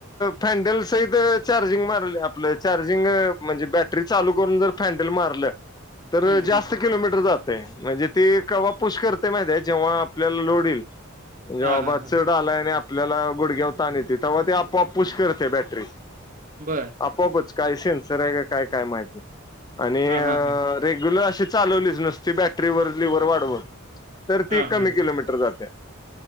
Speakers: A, on the left; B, on the right.
A: फॅडल सहित च चार्जिंग मारल्या आपलं चार्जिंग म्हणजे बॅटरी चालू करून जर फॅन्डल मारलं तर
B: हं,
A: जास्त
B: हं.
A: किलोमीटर जातय म्हणजीं ते कवा पुश करतय माहिती आहे जेव्हा आपल्याला लोड येईल म्हणजे
B: हा
A: बाबा
B: हा हा
A: चढ आलाय आणि आपल्याला गुडघ्यावता आणि त तेव्हा ते आपोआप पुश करत्या बॅटरी
B: बरं.
A: आपोआपच काय सेनसर आहे का काय काय माहित नाही आणि
B: हां, हां, हां.
A: रेग्युलर अशी चालवलीच नुसती बॅटरीवर लिवर वाढवून तर
B: हां,
A: ती कमी
B: हां,
A: किलोमीटर
B: हां.
A: जाते